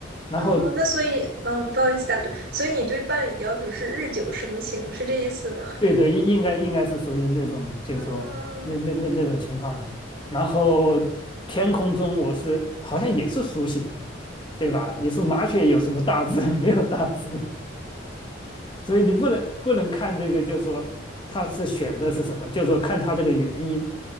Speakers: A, on the left (about 25°); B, on the right (about 55°).
A: 然后
B: 啊，那所以嗯，不好意思打断，所以你对伴侣的要求是日久生情，是这意思吗？
A: 对对应应该应该是属于那种就是说那那那那种情况的。
B: 啊，
A: 然后天空中我是好像也是熟悉，对吧？你说麻雀有什么大志？<laughs> 没有大志。所以你不能不能看这个，就是说他是选的是什么，就是说看他这个原因，